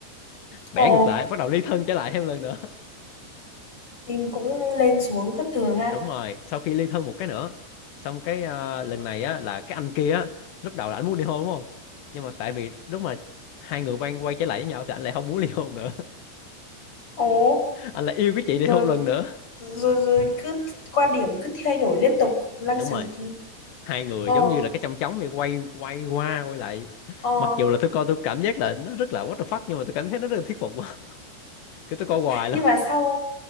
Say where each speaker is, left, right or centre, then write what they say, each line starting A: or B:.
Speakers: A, on the left; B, on the left.
A: bẻ
B: ồ,
A: ngược lại bắt đầu ly thân trở lại thêm lần nữa
B: phim cũng lên xuống thất thường ha.
A: đúng rồi sau khi ly thân một cái nữa xong cái ờ, lần này á là cái anh kia á lúc đầu là anh muốn ly hôn đúng không nhưng mà tại vì lúc mà hai người quay quay trở lại với nhau thì anh lại không muốn ly hôn nữa
B: Ồ,
A: <laughs> anh lại yêu cái chị này
B: rồi
A: một lần
B: cứ
A: nữa
B: rồi rồi cứ quan điểm cứ thay đổi liên tục lăng
A: đúng
B: xăng
A: rồi hai người
B: ờ
A: giống như là cái chong chóng này quay quay qua quay lại
B: ờ
A: mặc dù là tôi coi tôi cảm giác là nó rất là what the fuck nhưng mà tôi cảm thấy nó rất là thuyết phục quá <laughs> cái tôi coi hoài
B: nhưng
A: luôn
B: mà sau